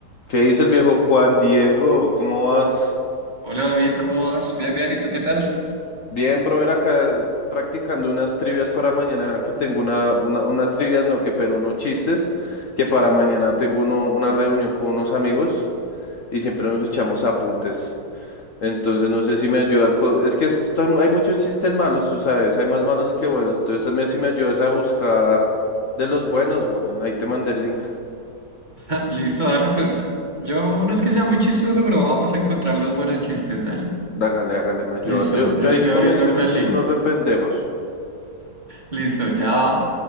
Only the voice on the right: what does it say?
Hola David, ¿cómo vas? Bien, bien, ¿y tú qué tal?
<laughs> Listo, dale, pues yo no es que sea muy chistoso, pero vamos a encontrar los buenos chistes, dale.
Listo,
ya estoy
abriendo acá
el
link.
Listo, ya